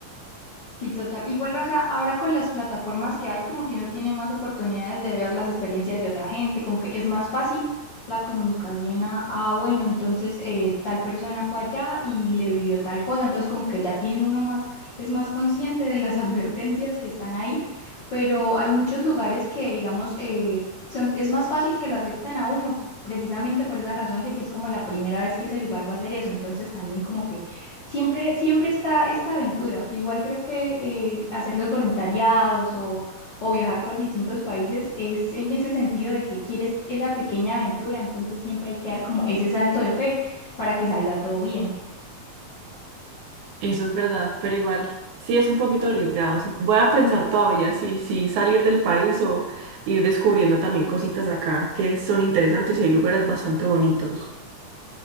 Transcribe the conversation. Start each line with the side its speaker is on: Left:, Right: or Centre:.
Left: Sí, total. Igual, o sea, ahora con las plataformas que hay, como que uno tiene más oportunidades de ver las experiencias de otra gente, como que es más fácil la comunicación a, ah, bueno, entonces eh, tal persona fue allá y le vivió tal cosa, entonces como que ya tiene uno más, es más consciente de las <laughs> advertencias que están ahí, pero hay muchos lugares que, digamos, eh, son, es más fácil que lo aceptan a uno, precisamente por esa razón de que es como la primera vez que ese lugar va a hacer eso, entonces también como que siempre, siempre está esta aventura. Igual creo que eh, hacer los voluntariados o, o viajar por distintos países es en ese sentido de que quieres esa pequeña aventura, entonces siempre hay que dar como ese salto de fe para que salga todo bien.
Right: Eso es verdad, pero igual, sí es un poquito arriesgado. Voy a pensar todavía si, si salir del país o ir descubriendo también cositas acá que son interesantes y hay lugares bastante bonitos.